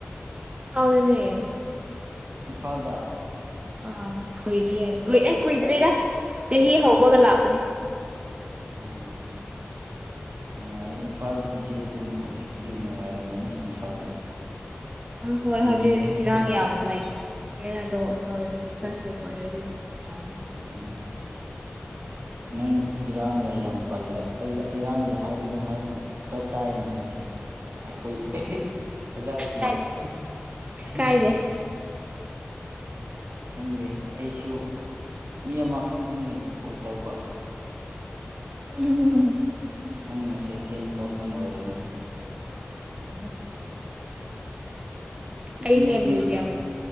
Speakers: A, on the right; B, on the right.
A: ꯐꯥꯎꯗꯅꯦ
B: ꯏꯝꯐꯥꯜꯗ
A: ꯑꯥ ꯀꯨꯏꯔꯦ ꯀꯨꯏ ꯑꯦ ꯀꯨꯏꯗ꯭ꯔꯤꯗ ꯆꯍꯤ ꯍꯧꯕꯒ
B: ꯑꯣ
A: ꯂꯥꯛꯄꯅꯦ
B: ꯑꯣ ꯅꯨꯡꯉꯥꯏ ꯏꯝꯐꯥꯜꯗꯒꯤꯗꯤ ꯑꯗꯨꯝ ꯍꯧꯖꯤꯛꯇꯤ ꯅꯨꯡꯉꯥꯏꯔꯝꯒꯅꯤ ꯏꯝꯐꯥꯜꯗꯤ
A: ꯎꯝ ꯍꯣꯏ
B: ꯈꯨꯟꯗꯅꯤ
A: ꯍꯥꯏꯕꯗꯤ ꯏꯔꯥꯡ ꯌꯥꯝ ꯂꯩ ꯀ꯭ꯂꯤꯌꯔꯗꯣ ꯏꯝꯐꯥꯜꯗꯗꯤ ꯈꯔ ꯁꯦꯐ ꯑꯣꯏꯔꯦ ꯑꯗꯨꯒꯤ ꯅꯨꯡꯉꯥꯏꯔꯦ ꯂꯩꯕꯗꯣ
B: ꯎꯝ ꯅꯪ ꯏꯔꯥꯡꯒ ꯌꯥꯝ ꯄꯜꯂꯦ ꯏꯔꯥꯡꯒꯤ ꯍꯥꯏꯒꯅꯨ ꯍꯥꯏꯕꯗꯨ ꯈꯔ ꯇꯥꯏꯅꯦ ꯑꯩꯗꯤ ꯑꯩꯈꯣꯏ ꯏꯍꯦ ꯑꯣꯖꯥꯁꯤꯡꯅ
A: ꯀꯥꯏꯗꯦ
B: ꯍꯥ ꯍꯥ
A: ꯀꯥꯏꯗꯦ
B: ꯈꯪꯗꯦ ꯑꯩꯁꯨ ꯃꯤ ꯑꯃꯈꯛꯇꯅꯤ ꯀꯣꯜ ꯇꯧꯕ
A: ꯎꯝ
B: ꯅꯪꯅ ꯁꯦꯀꯦꯟ ꯄꯥꯔꯁꯟ ꯑꯣꯏꯔꯅꯤ
A: ꯎ <inaudible> ꯑꯩꯁꯦ
B: ꯅꯣꯏꯗꯤ
A: ꯃ꯭ꯌꯨꯖꯌꯝ